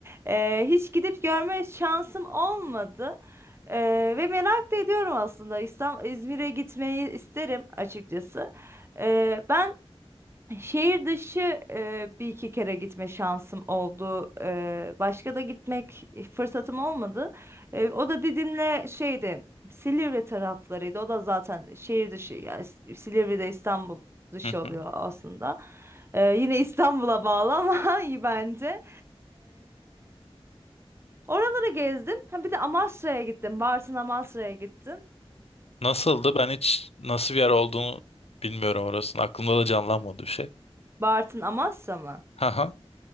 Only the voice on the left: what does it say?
Hı
hı.
Nasıldı? Ben hiç nasıl bir yer olduğunu bilmiyorum orasının. Aklımda da canlanmadı bir şey.
Haha.